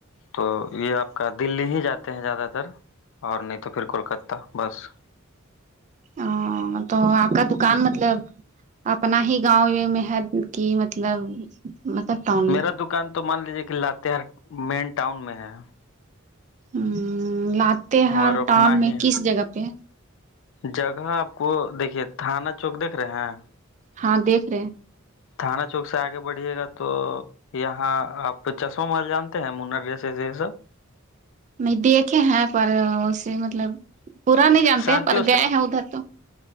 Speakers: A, on the left (about 65°); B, on the right (about 35°).
A: تو یے آپ کا دلی ہی جاتے ہیں زیادہ تر اور نہیں تو پھر کولکتہ بس
B: ا تو آپ کا دکان مطلب اپنا ہی گاؤں یے میں ہے کی مطلب مطلب ٹاؤن
A: میرا
B: میں
A: دکان تو مان لیجیے کی لااتہار مین ٹؤن میں ہے
B: آمم لاتے ہر
A: اور اپنا
B: ٹاؤن میں
A: ہی
B: کس جگہ پے
A: جگہ آپ کو دیکھیے تھانہ چوک دیکھ رہے ہیں
B: ہاں دیکھ رہے ہیں
A: تھانا چوک سے آگے بڑھیے گا تو یہاں آپ چشمہ محل جانتے ہیں منا ڈیس یے سب
B: نہیں دیکھے ہیں پر اسے مطلب پورا نہیں جانتے
A: شانتی
B: پر گئے ہیں ادھر تو